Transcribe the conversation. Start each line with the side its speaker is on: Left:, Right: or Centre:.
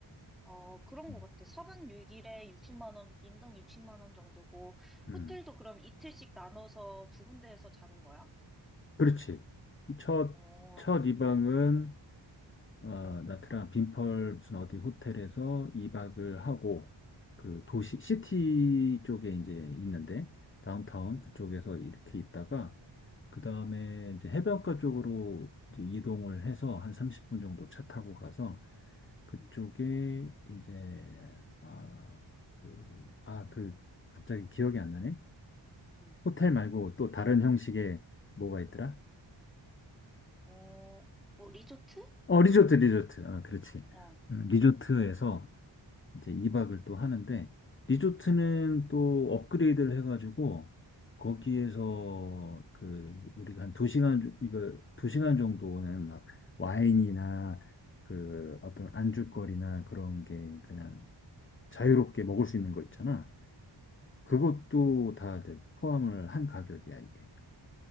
Centre: 어, 그런
Left: 음.
Centre: 것 같아. 4박 6일에 60만 원, 인당 60만 원 정도고
Left: 음.
Centre: 호텔도 그럼 이틀씩 나눠서 두 군데에서 자는 거야?
Left: 그렇지. 첫,
Centre: 어,
Left: 첫 2박은 어, 나트랑 빈펄 무슨 어디 호텔에서 2박을
Centre: 응,
Left: 하고 그 도시 시티 쪽에 이제 있는데 다운타운
Centre: 응,
Left: 그쪽에서 이렇게 있다가 그 다음에 이제 해변가 쪽으로 이제 이동을 해서 한 30분 정도 차 타고 가서 그쪽에
Centre: 응,
Left: 이제 아, 그, 아, 그 갑자기 기억이 안 나네.
Centre: 응,
Left: 호텔 말고 또 다른 형식의 뭐가 있더라?
Centre: 어, 뭐 리조트?
Left: 어, 리조트, 리조트. 아, 그렇지.
Centre: 어,
Left: 음, 리조트에서 이제 2박을 또 하는데 리조트는 또 업그레이드를 해가지고 거기에서 그 우리가 한 2시간 이거 두 시간 정도는 막 와인이나 그 어떤 안주거리나 그런 게 그냥 자유롭게 먹을 수 있는 거 있잖아. 그것도
Centre: 응.
Left: 다 이제 포함을 한 가격이야, 이게.